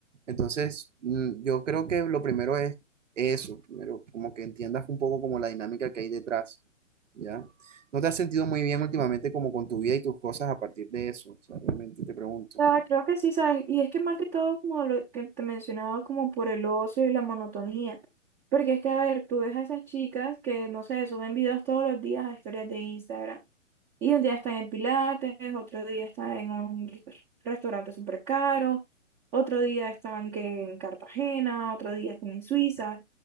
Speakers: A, on the right; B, on the right.
A: Entonces, mm, yo creo que lo primero es eso, primero como que entiendas un poco como la dinámica que hay detrás, ¿ya? ¿No te has sentido muy bien últimamente como con tu vida y tus cosas a partir de eso? O sea, realmente te pregunto.
B: Ah, creo que sí, ¿sabes? Y es que más que todo, como lo que te mencionaba, como por el ocio y la monotonía. Porque es que, a ver, tú ves a esas chicas que, no sé, suben videos todos los días a historias de Instagram. Y un día están en Pilates, otro día están en un restaurante súper caro, otro día estaban que en Cartagena, otro día están en Suiza.